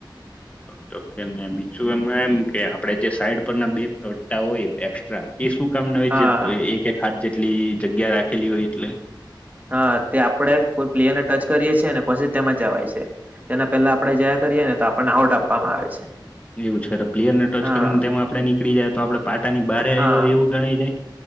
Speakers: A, on the left; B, on the right.
A: તો કે ને બીજું એમાં એમ કે આપડે જે સાઈડ પર ના બે પટ્ટા હોય એ શું કામ ના હોય
B: હા
A: છે એક એક હાટ જેટલી જગ્યા રાખી ખેલીયો એટલે
B: હા તે આપડે કોઈ પ્લેયર ને ટચ કરીએ છીએ ને પછી તેમા જવાય છે તેના પેલા આપણેે જયા કરીએ ને તો આપણે પણ આઉટ આપવામાં આવે છે
A: એવું છે પ્લેયર ને ટચ
B: હા
A: કરીને તેમાં આપણે નીકળી જાય તો આપડણે પાટાની બહારે આવ
B: હા
A: એવું જણાય જાય